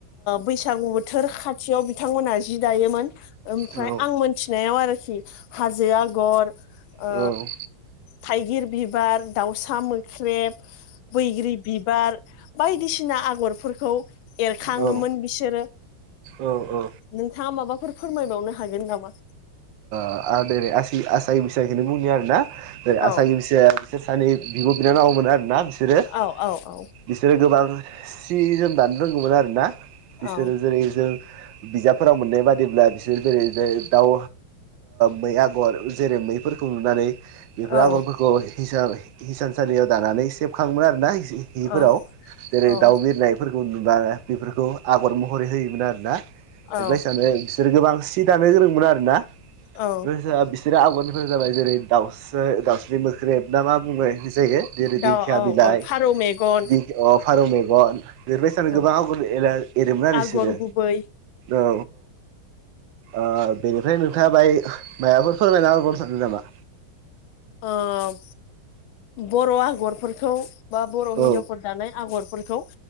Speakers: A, on the left; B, on the right.
A: बैसागु बोथोर खाथियाव बिथांमोनहा जि दायोमोन ओमफ्राय
B: औ
A: आं मोनथिनायाव आरोखि हाजो आगर ओ
B: औ
A: थाइगिर बिबार दाउसा मोख्रेब बैग्रि बिबार बायदिसिना आगरफोरखौ एरखाङोमोन
B: औ
A: बिसोरो
B: औ ओ
A: नोंथाङा माबाफोर फोरमायबावनो हागोन नामा
B: <unintelligible> आसागि बैसागिखौनो बुंनो आरोना जे आसागि
A: औ
B: बैसागिया बिसोर सानै भिब' बिनानावमोन आरोना बिसोरो
A: औ औ औ
B: बिसोरो गोबां सि जोम दानो रोंगौमोन आरोना बिसोरो
A: औ
B: जेरै जों बिजाबफोराव मोननाय बादिब्ला बिसोर जेरै दाउ मै आगर जेरै मैफोरखौ नुनानै बेफोर
A: औ
B: आगरफोरखौ हिसाबै हिसानसालियाव दानानै सेबखाङोमोन आरो ना जिफोराव
A: औ
B: जेरै
A: औ
B: दाउ बिरनायफोरखौ नुबा बेफोरखौ आगर महरै होयोमोन आरोना
A: औ
B: बे भाइसानो बिसोर गोबां सि दानो गोरोंमोन आरोना आवगरनिफोर
A: औ
B: जाबाय जेरै दाउसा दाउस्रि मोख्रेब ना मा बुङो जायो जेरै
A: दा
B: दिंखिया
A: औ
B: बिलाइ
A: औ फारौ मेगन
B: <unintelligible> फारौ मेगन बेरबाय सानो
A: औ
B: गोबां आगर एरोमोन आरो बिसोरो
A: आगर गुबै
B: औ औ बेनिफ्राय थाबाय माबाफोर फोरमायना होबावनो सानदों नामा
A: ओ बर' आगरफोरखौ बा बर'
B: औ
A: हिनजावफोर दानाय आगरफोरखौ